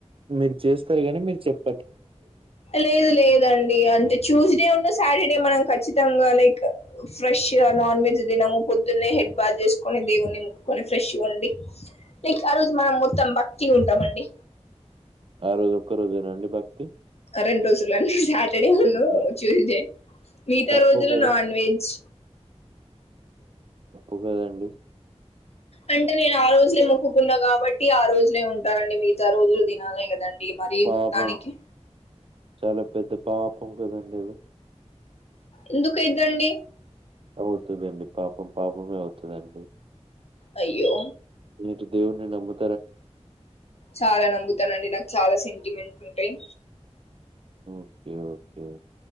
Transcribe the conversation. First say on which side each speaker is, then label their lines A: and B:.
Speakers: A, on the right; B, on the left.
A: మీరు చేస్ తరు గానీ మీరు చెప్
B: లేదు లేదండి అంటే ట్యూస్డే ఉన్న సాటర్డే మనం క ఖచ్చితంగా లైక్ ఫ్రెష్ గా నాన్ వెజ్ తినము పొద్దున్నే హెడ్ బాత్ చేసుకొని దేవుణ్ణి ముక్కుకొని ఫ్రెష్గా ఉండి లైక్ ఆ రోజు మనం మొత్తం భక్తిగ్ ఉంటమండి
A: ఆ రోజు ఒక్క రోజేన అండి భక్తి
B: రెండు రోజులండి సాటర్డే
A: అంటే
B: నూ ట్యూస్డే మిగతా
A: తప్పు
B: రోజులు
A: కదా!
B: నాన్ వెజ్
A: ఉగాది అండి
B: అంటే నేను ఆ రోజులే మొక్కుకున్నా కాబట్టి ఆ రోజులే వుంటానండి అంటే మిగతా రోజులు దినాలే కదండి ఇ మరీ
A: పాపం.
B: మొత్తానికి
A: చాలా పెద్ద పాపం కదండి అది
B: ఎందుకైద్దండి
A: అవుతదండి పాపం పాపమే అవుతదండి
B: అయ్యో
A: ఇటు దేవుని నమ్ముతు
B: చాలా నమ్ముతానండి నాకు చాలా సెంటిమెంట్ ఉంటయ్
A: ఓకే ఓకే